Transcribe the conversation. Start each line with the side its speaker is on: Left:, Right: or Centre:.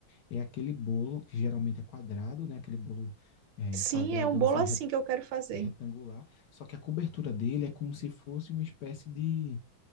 Left: é aquele bolo que geralmente é quadrado, né? Aquele bolo é,
Right: Sim,
Left: quadradão
Right: é um bolo
Left: assim
Right: assim
Left: re-
Right: que eu quero fazer.
Left: retangular, só que a cobertura dele é como se fosse uma espécie de,